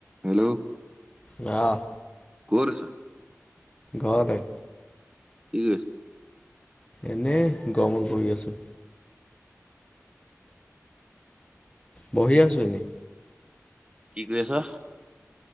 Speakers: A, on the right; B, on the left.
A: Hello?
B: অ'।
A: ক'ত আছ?
B: ঘৰতে।
A: কি কৰিছ?
B: এনেই গৰমত বহি আছোঁ। বহি আছো এনেই।
A: কি কৰি আছ?